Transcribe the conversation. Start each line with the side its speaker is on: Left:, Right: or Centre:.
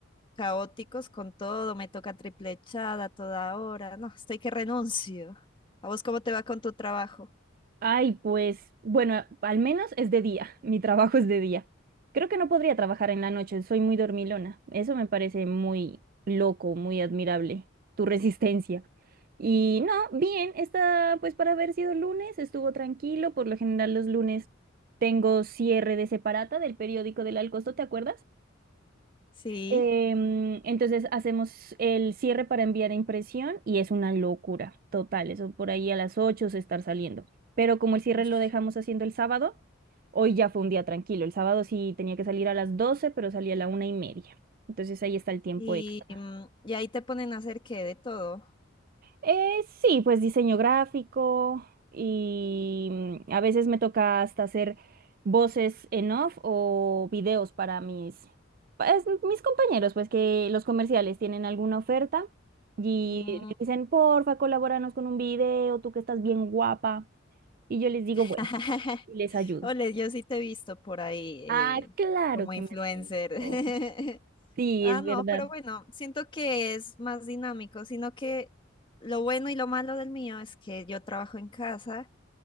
Left: caóticos con todo. Me toca triple echada a toda hora. No, estoy que renuncio. ¿A vos cómo te va con tu trabajo?
Right: Ay, pues bueno, al menos es de día. <laughs> Mi trabajo es de día. Creo que no podría trabajar en la noche, soy muy dormilona. Eso me parece muy loco, muy admirable, tu resistencia. Y no, bien, está pues para haber sido lunes, estuvo tranquilo. Por lo general los lunes tengo cierre de separata del periódico del Alcosto, ¿te acuerdas?
Left: Sí.
Right: Em, entonces hacemos el cierre para enviar a impresión y es una locura total. Eso por ahí a las 8 se estar saliendo. Pero como el cierre
Left: Ush.
Right: lo dejamos haciendo el sábado, hoy ya fue un día tranquilo. El sábado sí tenía que salir a las 12, pero salí a la una y media. Entonces ahí está el tiempo
Left: Y,
Right: extra.
Left: mm, y ahí te ponen a hacer qué de todo.
Right: Eh, sí, pues diseño gráfico y mm, a veces me toca hasta hacer voces en off o videos para mis, pues, mis compañeros, pues que los comerciales tienen alguna oferta y
Left: Mm.
Right: me dicen, porfa, colabóranos con un video, tú que estás bien guapa. Y yo les digo,
Left: <laughs>
Right: bueno, y les ayudo.
Left: Ole, yo sí te he visto por ahí eh,
Right: Ah, claro
Left: como
Right: que
Left: influencer.
Right: me has visto.
Left: <laughs>
Right: Sí,
Left: Ah,
Right: es
Left: no,
Right: verdad.
Left: pero bueno, siento que es más dinámico, sino que lo bueno y lo malo del mío es que yo trabajo en casa,